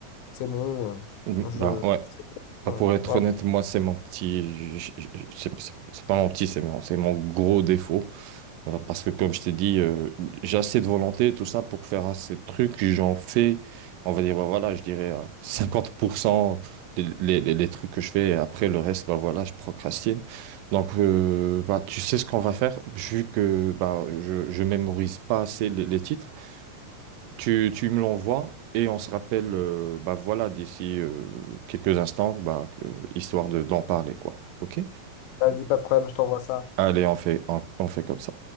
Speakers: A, on the left; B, on the right.
A: c'est bon.
B: Mm,
A: euh, je,
B: Ben
A: euh,
B: ouais.
A: voilà.
B: Enfin, pour être honnête, moi, c'est mon petit. je- je- je- C'est c'est- c'est pas mon petit, c'est mon, c'est mon gros défaut. Euh, Parce que, comme je t'ai dit, euh, j'ai assez de volonté, tout ça, pour faire assez de trucs. J'en fais, on va dire, bah voilà, je dirais à 50% les, les, les- les trucs que je fais. Et après, le reste, bah voilà, je procrastine. Donc, euh, bah, tu sais ce qu'on va faire. Vu que bah, je, je mémorise pas assez les, les titres, tu, tu me l'envoies et on se rappelle, euh, bah voilà, d'ici euh, quelques instants, bah, que- histoire de, d'en parler, quoi. OK?
A: Vas-y, pas de problème, je t'envoie ça.
B: Allez, on fait, on on fait comme ça.